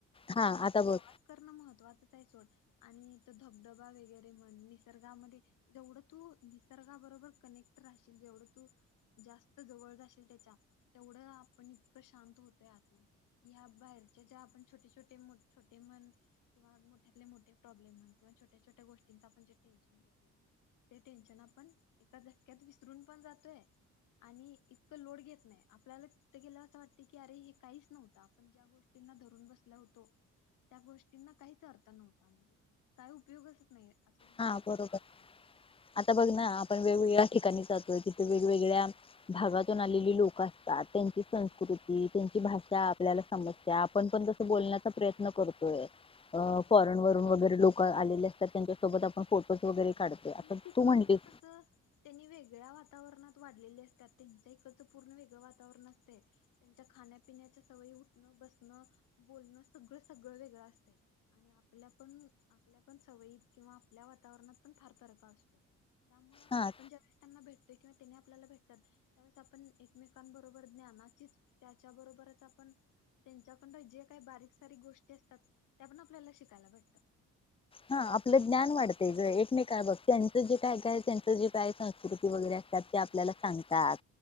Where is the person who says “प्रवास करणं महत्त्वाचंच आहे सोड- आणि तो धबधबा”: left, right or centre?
Left